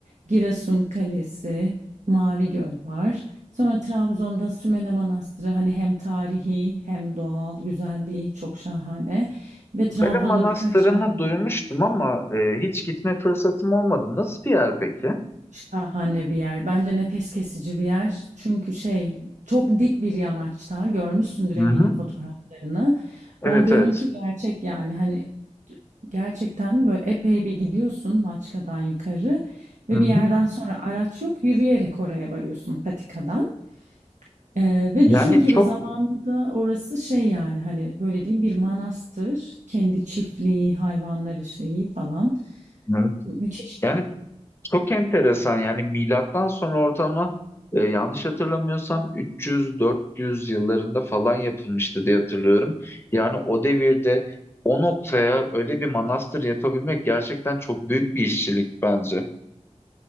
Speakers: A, on the right; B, on the left.
A: Giresun Kalesi, Mavi Göl var. Sonra Trabzon'da Sümele Manastırı hani hem tarihi hem doğal güzelliği çok şahane. Ve Trabzon'da
B: Böyle manastırını
A: birkaç yerde
B: duymuştum ama e, hiç gitme fırsatım olmadı. Nasıl bir yer peki?
A: şahane bir yer. Bence nefes kesici bir yer. Çünkü şey çok dik bir yamaçta görmüşsündür
B: Hı
A: eminim
B: hı.
A: fotoğraflarını.
B: Evet
A: O görüntü
B: evet.
A: gerçek yani hani gerçekten böyle epey bir gidiyorsun Maçka'dan yukarı ve
B: Hı hı.
A: bir yerden sonra araç yok yürüyerek oraya varıyorsun patikadan. Ee, ve
B: Yani
A: düşün ki
B: çok
A: bu zamanında orası şey yani hani böyle diyeyim bir manastır kendi çiftliği hayvanları şeyi falan
B: evet.
A: müthiş
B: yani Çok enteresan yani milattan sonra ortalama e, yanlış hatırlamıyorsam 300-400 yıllarında falan yapılmıştı diye hatırlıyorum. Yani o devirde o noktaya öyle bir manastır yapabilmek gerçekten çok büyük bir işçilik bence.